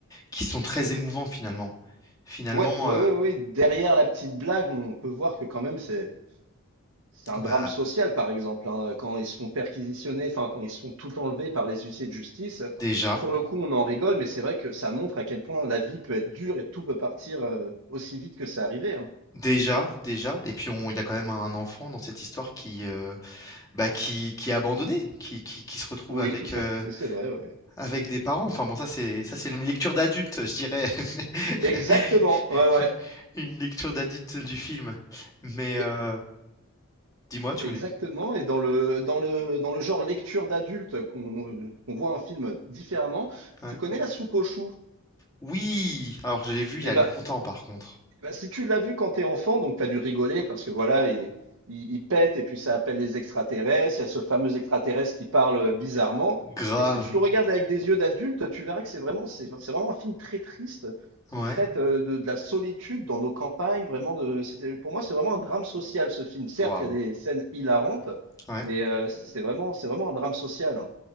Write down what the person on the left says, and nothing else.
qui sont très émouvants finalement. Finalement,
euh,
bah
déjà,
déjà, déjà, et puis on, il y a quand même un enfant dans cette histoire qui, euh, bah, qui, qui est abandonné, qui, qui, qui se retrouve
avec,
euh,
avec des parents. Enfin bon, ça c'est, ça c'est une lecture d'adulte, je dirais. <laughs>
Une lecture d'adulte du film. Mais euh,
dis-moi, tu
voulais.
Ouais.
Oui, alors je l'ai vu il
y a longtemps
par contre.
Grave.
Ouais.
Waouh.
Ouais.